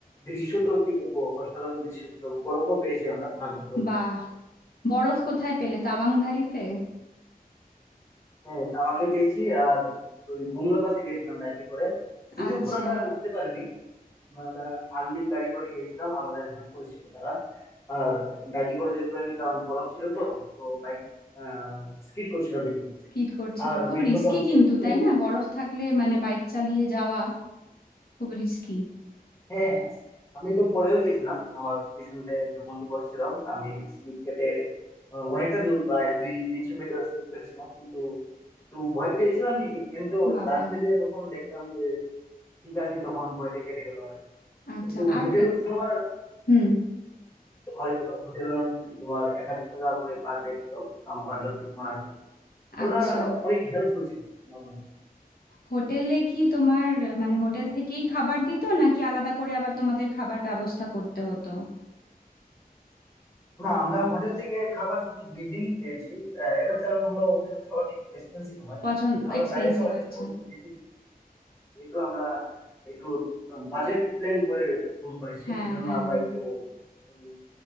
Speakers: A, on the left; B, on the left.
A: দৃশ্য তো কি বলবো অসাধারণ দৃশ্য ছিল গৌরবও পেয়েছি আমরা ভাগ্যক্রমে
B: বাহ বরফ কোথায় পেলে তাওয়াং ভ্যালিতে হুম।
A: হ্যাঁ তাওয়াংয়ে গিয়েছি আর ওই বুমলা পাসে গিয়েছিলাম বাইকে করে যদিও
B: আচ্ছা
A: পুরোটা উঠতে পারিনি মানে আমরা আর্মির গাড়ি করে গিয়েছিলাম আমাদের হেল্প করেছিল তারা আর বাইকে করে যেতে পারিনি কারণ বরফ ছিল তো তো বাইক স্কিড করছিল দেখি
B: স্কিড করছিল
A: আর
B: খুব
A: মেন
B: রিস্কি
A: কথা হচ্ছে
B: কিন্তু
A: হোটেল
B: তাই না বরফ থাকলে মানে বাইক চালিয়ে যাওয়া খুব রিস্কি
A: হ্যাঁ আমি তো পড়েও গেছিলাম আমার পিছনে একটা বন্ধু বসছিল আমি স্লিপ কেটে আহ, অনেকটা দূর প্রায় দুই তিনশো মিটার স্লিপ কেটেছিলাম কিন্তু একটু ভয় পেয়েছিলাম ঠিকই কিন্তু
B: বাবা
A: লাস্টে দিয়ে যখন দেখলাম যে ঠিক আছে তখন ভয়টা কেটে গেল আর কি।
B: আচ্ছা
A: কিন্তু
B: আর
A: হোটেল
B: আহ,
A: খাবার
B: হুম
A: তো ভালোই ছিল হোটেল তোমার এক হাজার টাকা করে পার ডে ছিল আমার যতটুকু মনে আছে ওরা
B: আচ্ছা
A: অনেক হেল্পফুল ছিল আমার মতে।
B: হোটেলে কি তোমার মানে হোটেল থেকেই খাবার দিত নাকি আলাদা করে আবার তোমাদের খাবার ব্যবস্থা করতে হতো
A: না আমরা হোটেল থেকে খাবার শুধু দুই দিনই খেয়েছি আহ, এটার কারণ হলো হোটেল খাবারটি একটু এক্সপেন্সিভ হয়
B: পছন্দ
A: আমরা
B: এক্সপেন্সিভ
A: বাইরে খাওয়ার চেষ্টা
B: আচ্ছা
A: করছি যেহেতু যেহেতু আমরা একটু বাজেট প্ল্যান করে ট্যুর করেছি
B: হ্যাঁ
A: এই জন্য
B: হ্যাঁ
A: আমরা
B: হ্যাঁ
A: একটু উম,